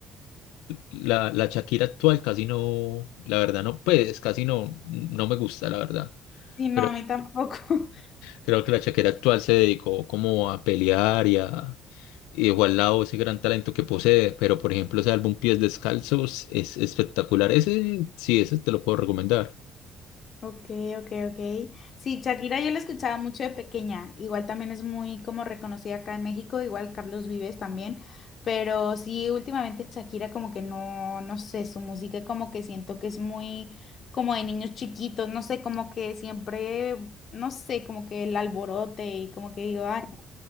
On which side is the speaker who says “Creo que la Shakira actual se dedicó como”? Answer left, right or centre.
Left